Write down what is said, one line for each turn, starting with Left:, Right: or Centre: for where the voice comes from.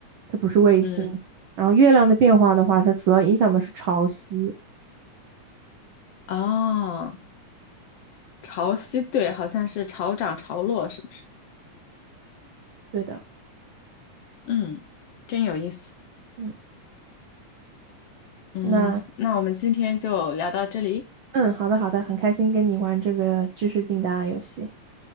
Right: 它不是卫星。
Left: 嗯，
Right: 然后月亮的变化的话，它主要影响的是潮汐。
Left: 哦，潮汐对，好像是潮涨潮落，是不是？
Right: 对的，
Left: 嗯，真有意思。
Right: 嗯，
Left: 嗯，
Right: 那
Left: 那我们今天就聊到这里。
Right: 嗯，好的好的，很开心跟你玩这个知识竞答游戏。